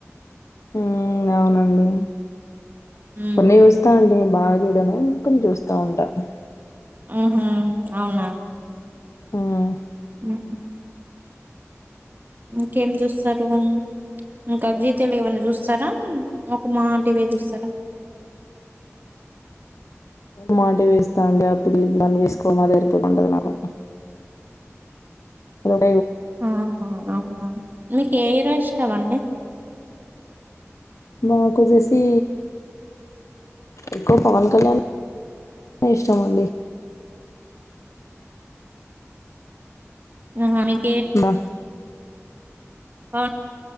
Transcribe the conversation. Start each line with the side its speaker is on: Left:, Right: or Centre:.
Left: ఉం అవునండి
Right: ఉమ్
Left: కొన్ని చూస్తా అండీ బాగా. చూడను కొన్ని చూస్తా ఉంటాను
Right: ఆహా అవున.
Left: హ్మ్.
Right: ఉమ్. ఇంకేం చూస్తారు ఇంకా జీ తెలుగు ఏవన్న చూస్తారా ఒక మాటీవే చూస్తారా.
Left: మా టీవీ చూస్తా అండీ ఆ పిల్కి పనిచేసుకోడం అదే సరిపోతా ఉంటది నాకు అ.
Right: ఆహా అవున. మీకు ఏ హీరో ఇష్ ష్టమండి.
Left: మాకు చేస్ సి. ఎక్కువ పవన్ కళ్యాణ్ ఏ ఇష్టం అండి.
Right: ఆహా మీక్
Left: బా.
Right: ఆ